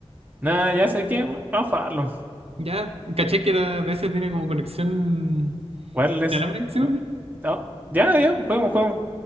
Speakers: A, on the right; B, on the right.
A: Nada, ya sé que vamos a jugarlo.
B: Ya, caché que la DS tiene como conexión
A: Wireless.
B: inalámbrica, ¿sí?
A: Oh, ya, ya, juguemos, juguemos.